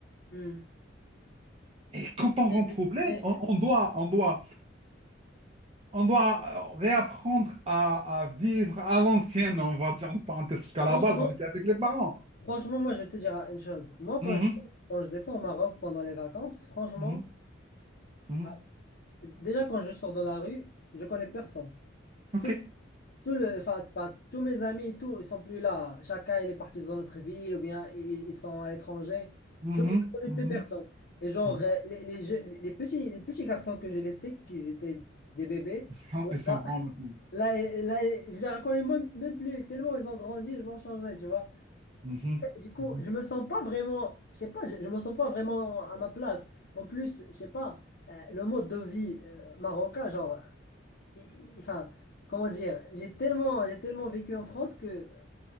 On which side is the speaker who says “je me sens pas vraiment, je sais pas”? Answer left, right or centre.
Left